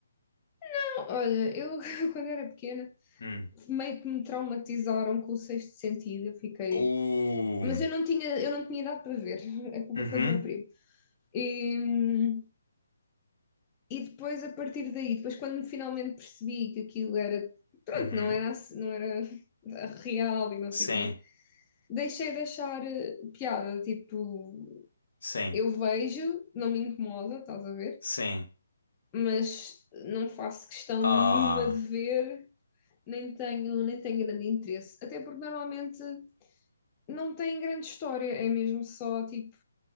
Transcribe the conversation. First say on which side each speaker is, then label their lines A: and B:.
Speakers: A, on the left; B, on the left.
A: Não, olha, eu <laughs> quando era pequena
B: Hum.
A: meio que me traumatizaram com o sexto sentido, eu fiquei
B: Uh,
A: Mas eu não tinha, eu não tinha idade para ver, a culpa
B: Uhum,
A: foi do meu primo. E, e depois, a partir daí, depois quando finalmente percebi que aquilo era, pronto,
B: uhum.
A: não era, ass- não era <laughs> real e não
B: Sim,
A: sei o quê, deixei de achar eh, piada, tipo,
B: sim,
A: eu vejo, não me incomoda, estás a ver,
B: sim.
A: mas não faço questão
B: Ah...
A: nenhuma de ver, nem tenho, nem tenho grande interesse, até porque normalmente não tem grande história, é mesmo só, tipo,